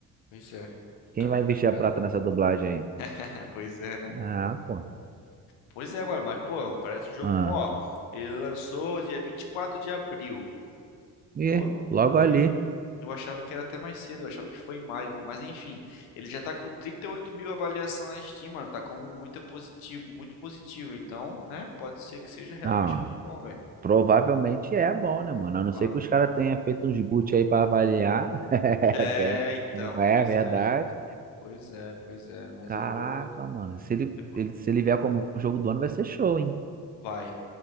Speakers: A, on the left; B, on the right.
A: Pois é. Fica
B: Quem
A: complicado.
B: vai investir a prata nessa dublagem aí?
A: <laughs> É, pois é, né?
B: Ah, pô.
A: Pois é, mano, mas pô, parece um jogo
B: Ah.
A: bom, ó. Ele lançou dia 24 de abril.
B: E
A: Pô,
B: logo
A: eu,
B: ali.
A: eu, eu achava que era até mais cedo, eu achava que foi em maio. Mas enfim, ele já tá com 38 mil avaliações na Steam, mano. Tá como muito positivo, muito positivo. Então, né? Pode ser que seja realmente
B: Ah,
A: muito bom, velho.
B: provavelmente é bom, né, mano? A não
A: Ó,
B: ser que os caras tenham feito uns boot aí pra avaliar, <laughs>
A: É,
B: que, é-
A: então,
B: que não é
A: pois
B: verdade.
A: é, pois é, pois é. Mas
B: Caraca,
A: eu vou.
B: mano, se ele,
A: Depois...
B: ele- se ele vier como jogo do ano, vai ser show, hein?
A: Vai.